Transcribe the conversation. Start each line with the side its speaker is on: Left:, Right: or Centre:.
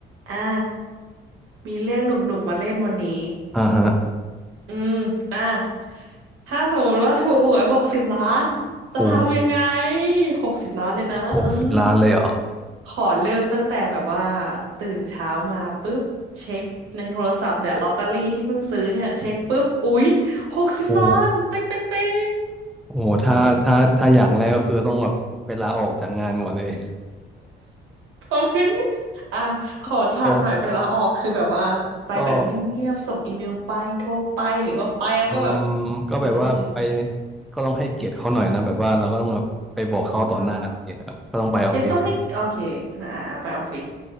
Right: อ่ามีเรื่องหนุกๆมาเล่นวันนี้
Centre: อ่าฮะ
Right: อืมอ่าถ้าสมมติว่าถูกหวยหกสิบล้านจะทำยังไง
Centre: โอ้
Right: หกสิบล้านเลยนะ
Centre: หกสิบล้านเลยเหรอ
Right: อืม ขอเริ่มตั้งแต่แบบว่าตื่นเช้ามาปุ๊บเช็คในโทรศัพท์เนี่ยลอตเตอรี่ที่เพิ่งซื้อเนี่ยเช็คปุ๊บอุ๊ยหกสิบล้านเป้งเป้งเป้ง
Centre: โอ้โหถ้าถ้าถ้าอย่างแรกก็คือต้องแบบไปลาออกจากงานก่อนเลย
Right: อืม โอเค อ่ะ ขอฉากหน่อยไปลาออก
Centre: <laughs> ก็
Right: คือแบบว่าไปแบบเงียบๆส่งอีเมลไป
Centre: ก็
Right: โทรไป หรือว่าไปแล้วก็แบบ
Centre: อืมก็แบบว่าไป
Right: อืม
Centre: ก็ต้องให้เกียรติเขาหน่อยนะแบบว่าเราก็ต้องแบบไปบอกเขาต่อหน้าอะไรเงี้ยครับก็ต้องไปออฟฟิศ
Right: อ่ายังต้องให้โอเคอ่าอ่าไปออฟฟิศ
Centre: <laughs>